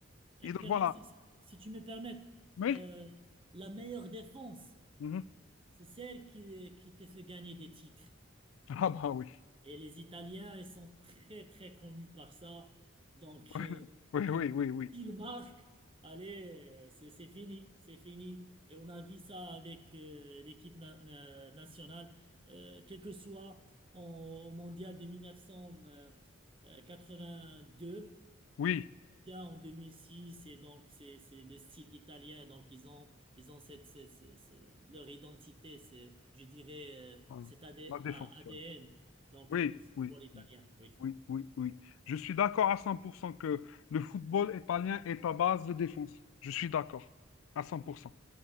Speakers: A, on the right; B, on the left.
A: Euh,
B: Et donc,
A: permets-
B: voilà.
A: si, si- si tu me permets,
B: Oui.
A: euh, la meilleure défense,
B: Mhm.
A: c'est celle qui, euh, qui te fait gagner des titres.
B: <laughs> Ah bah oui.
A: Et les Italiens, ils sont très, très connus par ça. Donc,
B: <laughs>
A: euh,
B: Oui,
A: <laughs>
B: oui, oui, oui.
A: ils marquent. Allez, euh, c'est c'est fini, c'est fini. Et on a vu ça avec euh, l'équipe na- na- nationale, Euh, quel que soit en- au Mondial de 1982.
B: Oui,
A: Tiens, en 2006, et donc c'est c'est le style italien, donc ils ont ils ont cette, cette- cette- cette- leur identité, c'est je dirais euh,
B: voilà.
A: cet AD
B: La défense.
A: A- ADN donc
B: Oui,
A: euh, du football
B: oui,
A: italien. Oui,
B: oui, oui, oui. oui. Je suis d'accord à 100% que le football italien est à base de défense. Je suis d'accord à 100%.